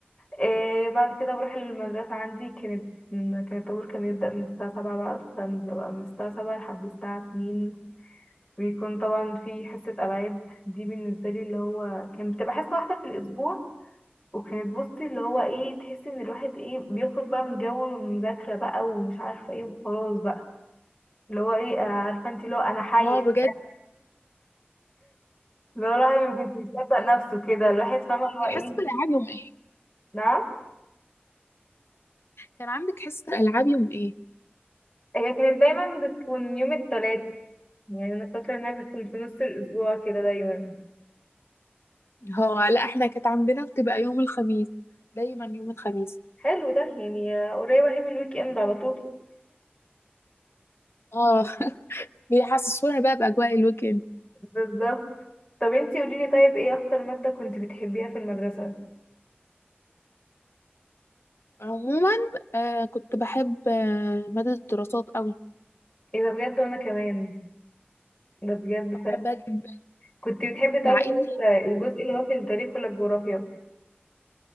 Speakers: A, on the left; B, on the left.
A: آه بعد كده بروح المدرسه عندي كانت كان الطابور كان بيبدا من الساعه 7 بقى فببقى من الساعه 7 لحد الساعه 2 بيكون طبعا في حصه العاب دي بالنسبه لي اللي هو كان بتبقى حصه واحده في الاسبوع وكانت بصي اللي هو ايه تحسي ان الواحد ايه بيخرج بقى من جو المذاكرة بقى ومش عارفة ايه وخلاص بقى اللي هو ايه آه، عارفة انت اللي هو انا حي
B: اه
A: <laughs>
B: بجد
A: اللي هو الواحد ما كنت يصدق نفسه كده الواحد فاهمة اللي هو
B: حصه
A: ايه
B: الالعاب يوم ايه
A: نعم
B: كان عندك حصه العاب يوم ايه
A: هي كانت دايما بتكون يوم التلات يعني انا فاكرة انها بتكون في نص الاسبوع كده دايما
B: هو لا احنا كانت عندنا بتبقى يوم الخميس دايما يوم الخميس
A: حلو ده يعني آه، قريبة اهي من الويك اند على طول
B: اه <laughs> بيحسسونا بقى باجواء الويكند
A: بالظبط طب انتي قوليلي طيب ايه اكتر مادة كنت بتحبيها في المدرسة
B: عموما آه كنت بحب آه ماده الدراسات قوي
A: ايه ده بجد وانا كمان ده بجد
B: بحبها جدا
A: كنت بتحبي طيب
B: مع
A: اللي
B: اني
A: هو الجزء اللي هو في التاريخ ولا الجغرافيا